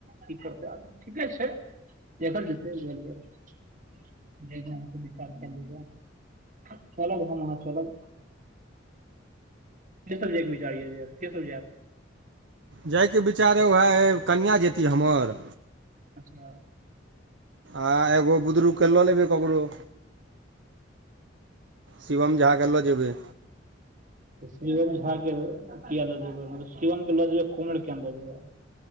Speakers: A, on the right; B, on the right.
A: की करतै आदमी ठीके छै देखल जेतै बुझलियै जेहन अहाॅं के विचार कएल हुए चलब हम अहाँ चलब के सब जायके विचार अई जा के सब जैत
B: जायके विचार ह उएह कनिआँ जेती हमर
A: अच्छा
B: आ एगो बुदरुगके लऽ लेबै ककरो शिवम झा के लऽ जेबै
A: शिवम झा के किया ल जेब‌य शिवम के लऽ जेबय कोमल के किया न‌ई लऽ जेब‌इ